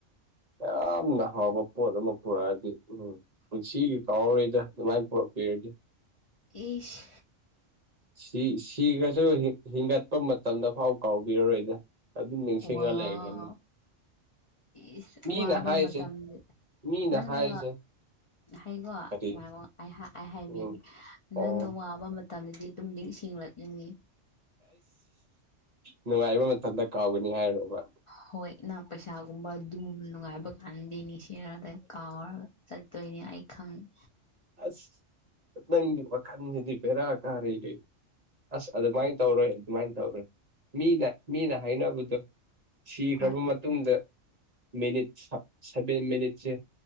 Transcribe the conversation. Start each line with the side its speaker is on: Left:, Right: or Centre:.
Right: ꯌꯥꯝꯅ ꯍꯥꯎꯕ ꯄꯣꯠ ꯑꯃ ꯄꯨꯔꯛꯑꯗꯤ ꯎꯝ ꯄꯨꯟꯁꯤꯒꯤ ꯀꯥꯎꯔꯔꯣꯏꯗ ꯑꯗꯨꯃꯥꯏꯅ ꯄꯨꯔꯛꯄꯤꯔꯗꯤ
Left: ꯏꯁ
Right: ꯁꯤ ꯁꯤꯒꯔꯁꯨ ꯍꯤꯡꯒꯠꯄ ꯃꯇꯝꯗ ꯐꯥꯎ ꯀꯥꯎꯕꯤꯔꯔꯣꯏꯗ ꯑꯗꯨꯝ ꯅꯤꯡꯁꯤꯡꯉ
Left: ꯋꯥꯎ
Right: ꯂꯩꯔꯅꯤ
Left: ꯏꯁ
Right: ꯃꯤꯅ
Left: ꯋꯥꯕ
Right: ꯍꯥꯏꯁꯦ
Left: ꯃꯇꯝꯗ
Right: ꯃꯤꯅ
Left: ꯅꯪꯅ
Right: ꯍꯥꯏꯁꯦ
Left: ꯍꯩꯒꯣ
Right: ꯀꯔꯤ
Left: ꯉꯥꯏꯒꯣ ꯑꯩꯍꯥ ꯑꯩ ꯍꯥꯏꯕꯤꯒꯦ
Right: ꯎꯝ ꯑꯣ
Left: ꯅꯪꯅ ꯋꯥꯕ ꯃꯠ ꯇꯝꯗꯗꯤ ꯑꯗꯨꯝ ꯅꯤꯡꯁꯤꯡꯂꯛꯏꯅꯤ
Right: ꯅꯨꯡꯉꯥꯏꯕ ꯃꯇꯝꯗ ꯀꯥꯎꯒꯅꯤ ꯍꯥꯏꯔꯣꯕ
Left: ꯍꯣꯏ ꯅꯪ ꯄꯩꯁꯥꯒꯨꯝꯕ ꯑꯗꯨꯝ ꯅꯨꯡꯉꯥꯏꯕ ꯀꯥꯟꯗꯤ ꯅꯤꯡꯁꯤꯡꯔꯛꯗꯦ ꯀꯥꯎꯔꯒ ꯆꯠꯇꯣꯏꯅꯦ ꯑꯩ ꯈꯪꯉꯦ
Right: ꯑꯁ ꯅꯪꯒꯤ ꯋꯥꯈꯟꯖꯤꯗꯤ ꯕꯦꯔꯥ ꯀꯥꯔꯦꯍꯦ ꯑꯁ ꯑꯗꯨꯃꯥꯏ ꯇꯧꯔꯣꯏ ꯑꯗꯨꯃꯥꯏꯅ ꯇꯧꯔꯣꯏ ꯃꯤꯅ ꯃꯤꯅ ꯍꯥꯏꯅꯕꯗꯣ ꯁꯤꯈ꯭ꯔꯕ
Left: ꯍꯣꯏ
Right: ꯃꯠ ꯃꯇꯨꯡꯗ ꯃꯤꯅꯤꯠ ꯁꯕ ꯁꯕꯦꯟ ꯃꯤꯅꯤꯠꯁꯦ